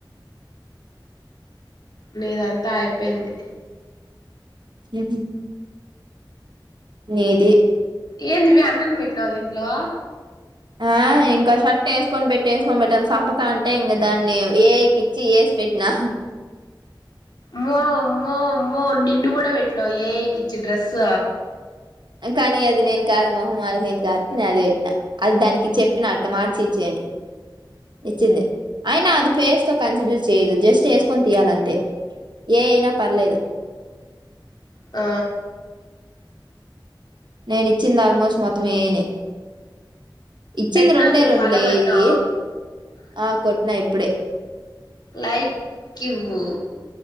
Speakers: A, on the left; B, on the right.
A: నీదంతా అయిపోయింది
B: <unintelligible> నీది
A: ఏందివి అన్నొన్ పెట్టినావు దీంట్లో
B: ఆ ఇంకో షర్ట్ ఎసుకొని పెట్టి ఏసుకొని పెట్టి అని సంపుతాంటే ఇంక దాన్ని ఏ ఇ కి ఇచ్చి ఏసి పెట్టినా
A: అమ్మో అమ్మో అమ్మో నిన్ను కూడా పెట్టినావ ఏ ఐ కి ఇచ్చి డ్రెస్స్
B: కానీ అది నేను కాదు మొహం మారి పోయింది కాబట్టి నేను అది పెట్టినా అది దానికి చెప్పిన అట్ట మార్చి ఇచ్చేయ్ అని ఇచ్చింది అయినా అది ఫేస్ తో కన్సిడర్ చేయదు జస్ట్ ఎసుకొని తీయాలంతే ఏ ఐ అయినా పర్లేదు
A: ఆ
B: నేను ఇచ్చింది ఆల్మోస్ట్ మొత్తం ఏ ఐ నే ఇచ్చింది
A: పెట్టినా
B: రెండే
A: చూడు
B: రెండు
A: ఫాలో
B: లె
A: కొట్టినా
B: ఇయ్యి ఆ కొట్టిన ఇప్పుడే
A: లైక్. ఇవ్యు